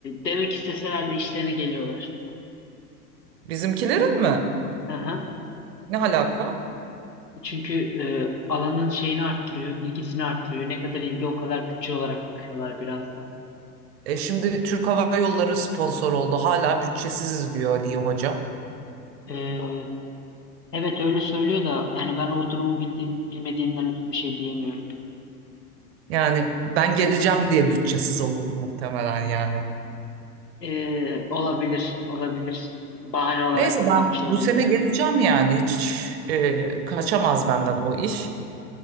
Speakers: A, on the left; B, on the right.
A: demek isteseler de işlerine geliyorlar.
B: Bizimkilerin mi?
A: Aha.
B: Ne alaka?
A: Çünkü e, alanın şeyini arttırıyor, ilgisini arttırıyor. Ne kadar ilgi o kadar bütçe olarak bakıyorlar biraz da.
B: E şimdi Türk Hava Yolları sponsor oldu. Hala bütçesiziz diyor Aliye Hoca.
A: E, evet öyle söylüyor da yani ben o durumu bildiğim, bilmediğimden ötürü bir şey diyemiyorum.
B: Yani ben geleceğim diye bütçesiz olundu muhtemelen yani.
A: E, olabilir, olabilir. Bahane olarak
B: Neyse
A: kullanmış
B: ben bu
A: olabilir.
B: sene geleceğim yani. Hiç e, kaçamaz benden o iş.